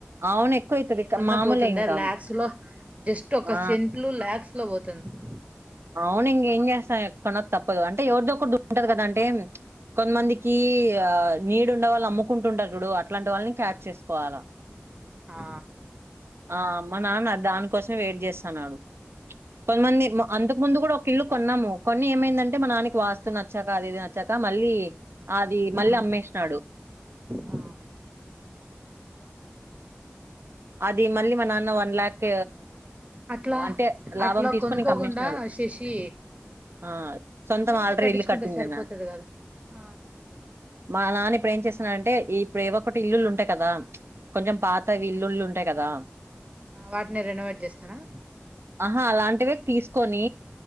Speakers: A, on the right; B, on the right.
A: అవును ఎక్కువ అవుతది
B: ఏమన్నా
A: మామూలే
B: పోతుందా
A: ఇంకా
B: లాక్స్ లో జస్ట్ ఒక
A: ఆ
B: సెంట్లు లాక్స్ లో పోతుంది <inaudible>
A: అవును ఇంకా ఏం చేస్తా ఎక్కడ తప్పదు అంటే ఎవదొ ఒకరు ద ఉంటారు గాద అంటే కొంతమందికి ఆ నీడ్ ఉన్నా వాళ్ళు అమ్ముకుంటు ఉంటార్ జూడు అట్లాంటి వాళ్ళని క్యాచ్ చేసుకోవాల
B: ఆ
A: ఆ మా నాన్న దానికోసమే వైట్ జెస్తాన్నారు కొంతమంది మ అంతకు ముందు కూడా ఒక ఇల్లు కొన్నాము కొన్ని ఏమైందంటే మా నాన్నకి వాస్తా నచ్చాక అది ఇది నచ్చాక మళ్ళీ మళ్ళీ అది మళ్ళీ
B: ఆ
A: అమ్మేసినాడు
B: ఆ
A: అది మళ్ళీ మా నాన్న ఒన్లక్
B: అట్లా
A: అంతే లాభం
B: అట్లా
A: తీసుకొని
B: కొనుక్కోకుండా
A: ఇంక అమ్మేసినాడు
B: శశి
A: ఆ సొంతం
B: మీరే
A: అల్ త్రి
B: కట్టించుకుంటే
A: ఇల్లు కట్టిన
B: సరిపోతది కదా ఆ
A: మా నాన్ననే ఇప్పుడు ఏం చేసిన అంటే ఈ ఇప్పుడు ఏఓ ఒకటి ఇల్లులు ఉంటాయి కదా కొంచెం
B: ఆ
A: పాతవి ఇల్లుళ్ళు ఉంటాయి కదా
B: వాటిని రెనోవేట్ చేస్తారా
A: ఆహా అలాంటివే తీసుకొని